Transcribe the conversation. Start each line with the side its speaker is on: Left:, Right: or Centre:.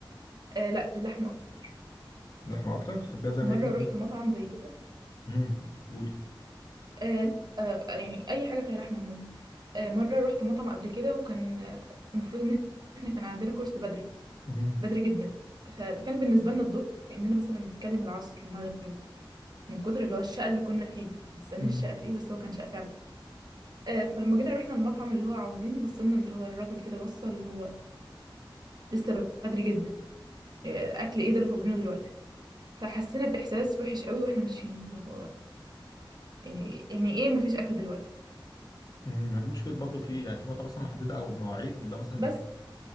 Right: آه، لا اللحمه اكتر
Left: اللحمه اكتر بتحبيها زي ما
Right: مره
Left: هي كده
Right: رحت مطعم زي كده
Left: امم قولي
Right: آه، آه، يعني اي حاجه فيها لحمه عموما آه، مره رحت مطعم قبل كده وكان آه، المفروض ان احنا كان عندنا كورس بدري
Left: امم
Right: بدري جدا فكان بالنسبه لنا الظهر كاننا مثلا بنتكلم العصر المغرب من كتر اللي هو الشقه اللي كنا فيه ما تسالنيش
Left: امم
Right: شقه في ايه بس هو كان شقه فعلا آه، فلما جينا رحنا المطعم اللي هو عاوزين بصلنا اللي هو الراجل كده بص اللي هو لسه بدري جدا آه، اكل ايه ده اللي طالبينه دلوقتي فحسينا بإحساس وحش قوي واحنا ماشيين اللي هو يعني يعني ايه مفيش أكل دلوقتي
Left: امم دي مشكله برضو في يعني في مطاعم مثلا محدده او مواعيد اللي هو مثلا
Right: بس